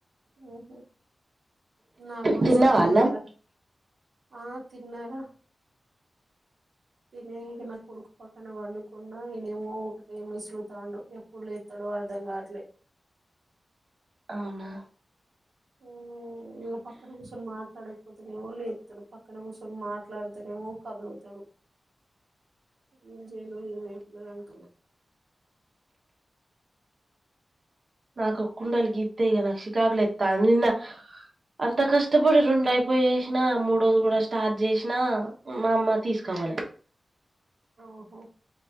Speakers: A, on the right; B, on the right.
A: ఉహు నాకు కూడా
B: తిన్నవా
A: సర్దయిందిరా
B: అన్నమ్
A: ఆ తిన్నారా తినే ఇకనా కొడుకు పక్కన వండుకున్నా ఇనేమో ఏ మో మేసులు తాండు ఎప్పుడు లేత్తడో అర్థం గావట్లే
B: అవునా
A: ఊ నా పక్కన కూర్చొని మాట్లాడకపోతేనేవో లేస్తడు పక్కన కూర్చొని మాట్లాడుతేనేవో కదులుతడు ఏం జెలో ఎన్నాట్ <unintelligible> <inaudible>
B: నాకు ఒ కుండలి గీతే నాకు చికాకులు లేతంది నిన్న అంత కష్టపడి రెండు అయిపోయిేసిన మూడు గుడా స్టార్ట్ చేసిన మా అమ్మ తీసుకపోలే
A: ఓహో